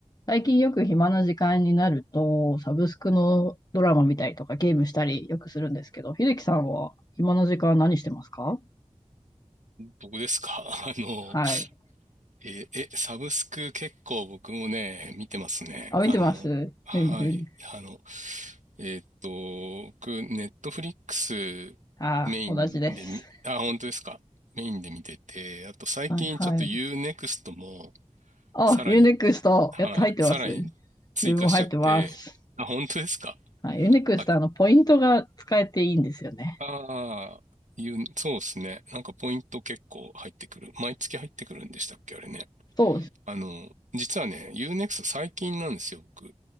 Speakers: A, on the left; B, on the right.
A: 最近よく暇な時間になると、サブスクのドラマ見たりとかゲームしたりよくするんですけど、秀樹さんは暇な時間何してますか
B: 僕ですか <laughs> あの、
A: はい。
B: え、え、サブスク結構僕もね、見てますね。
A: あ、見てますふんふん。
B: あの、はい。あの、えーっと、僕、ネットフリックスメインでみ、
A: あー、同じです。
B: あ、本当ですか。メインで見てて、あと最近ちょっとユーネクストも
A: はい、はい。あ、
B: さらに、
A: ユーネクスト、
B: はい、
A: やっと入ってます。
B: さらに追加しちゃって、
A: 自分も入ってます。
B: あ、本当ですか。
A: はい、ユーネクスト、
B: あ、
A: あの、ポイントが使えていいんですよね。
B: あー、U、そうですね。なんかポイント結構入ってくる。毎月入ってくるんでしたっけ、あれね。
A: そうです。
B: あの、実はね、ユーネ e クスト最近なんですよ、僕。